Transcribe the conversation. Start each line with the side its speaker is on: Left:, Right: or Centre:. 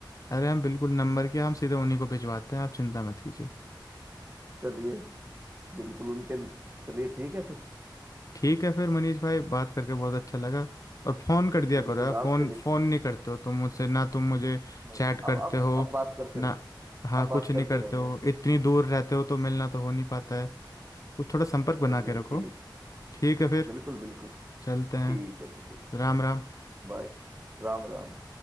Left: अरे हम बिल्कुल नंबर के हम सीधे उन्हीं को भिजवाते हैं आप चिंता मत कीजिए
Right: चलिए बिल्कुल उनके चलिए ठीक है फिर
Left: ठीक है फिर मनीष भाई बात करके बहुत अच्छा लगा और फ़ोन कर दिया
Right: बिल्कुल
Left: करो यार फ़ोन
Right: आपसे
Left: फ़ोन
Right: भी
Left: नहीं करते हो तुम मुझसे ना तुम मुझे
Right: नहीं
Left: चैट करते
Right: अब अब
Left: हो
Right: अब बात करते
Left: ना
Right: रहेंगे
Left: हाँ
Right: अब बात
Left: कुछ नहीं
Right: करते
Left: करते
Right: रहेंगे
Left: हो इतनी दूर रहते हो तो मिलना तो हो नहीं पाता है कुछ थोड़ा संपर्क बना
Right: चलिए
Left: के रखो
Right: ठीक
Left: ठीक है फिर
Right: बिल्कुल बिल्कुल
Left: चलते हैं
Right: ठीक है चलिए
Left: राम राम
Right: बाय राम राम